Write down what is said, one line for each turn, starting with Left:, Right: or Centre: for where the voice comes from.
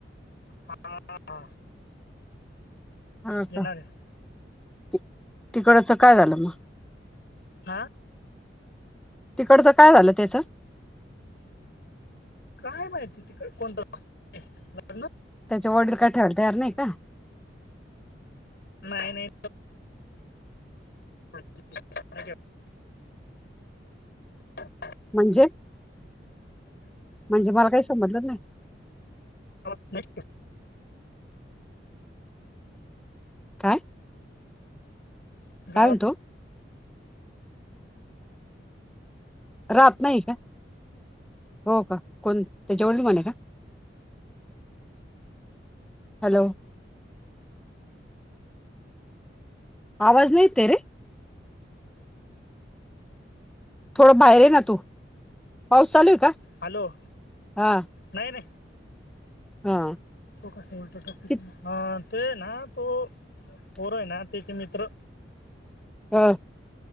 Left: हा हा
Centre: हा
Left: येणार
Centre: का
Left: आहे
Centre: ती तिकडच काय झालं मग
Left: हा
Centre: तिकडच काय झालं त्याचं
Left: काय माहिती तिकड कोणत लग्न लग्न
Centre: त्याचे वडील काय ठेवायला तयार नाही का
Left: नाही नाही त <inaudible>
Centre: म्हणजे म्हणजे मला काही समजलंच नाही
Left: ह न
Centre: काय
Left: हं? गावात
Centre: काय म्हणतो रात नाही का हो का कोण त्याचे वडील म्हने का हॅलो आवाज नाही येते रे थोडं बाहेर ये ना तू पाऊस चालू आहे का
Left: हॅलो
Centre: हा
Left: नाही नाही
Centre: हा
Left: लोहासनी वाटेल ट्रॅफिक
Centre: कित-
Left: ते ना तो पोर येना ना त्याचे मित्र
Centre: हा